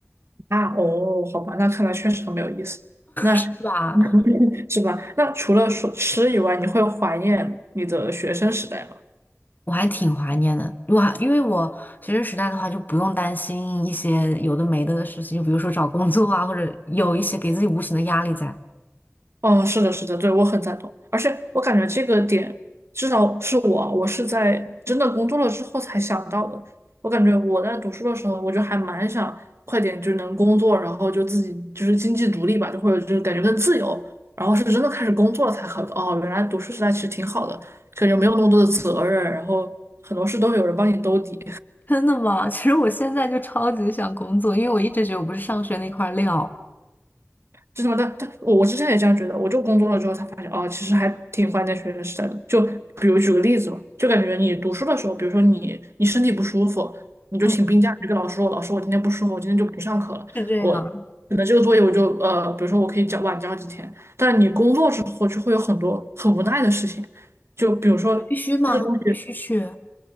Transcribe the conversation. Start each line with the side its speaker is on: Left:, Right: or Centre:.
Right: 啊，哦，好吧，那看来确实很没有意思。那
Left: 对吧？
Right: <laughs> 是吧？那除了说吃以外，你会怀念你的学生时代吗？
Left: 我还挺怀念的，我还因为我学生时代的话，就不用担心一些有的没的的事情，就比如说找工作啊，或者有一些给自己无形的压力在。
Right: 哦，是的，是的，对，我很赞同，而且我感觉这个点，至少是我，我是在真的工作了之后才想到的。我感觉我在读书的时候，我就还蛮想快点就能工作，然后就自己就是经济独立吧，就或者就是感觉更自由。然后是真的开始工作了才好，哦，原来读书时代其实挺好的，感觉没有那么多的责任，然后很多事都有人帮你兜底。
Left: <laughs> 真的吗？其实我现在就超级想工作，因为我一直觉得我不是上学那块料。
Right: 就什么的，但我我之前也这样觉得，我就工作了之后才发现，哦，其实还挺怀念学生时代的。就比如举个例子吧，就感觉你读书的时候，比如说你你身体不舒服，你就请病假，
Left: 嗯，
Right: 你就跟老师说，老师我今天不舒服，我今天就不上课了，
Left: 是这样。
Right: 我那这个作业我就呃，比如说我可以交晚交几天。但你工作之后就会有很多很无奈的事情，就比如说这个东西。
Left: 必须吗？必须去。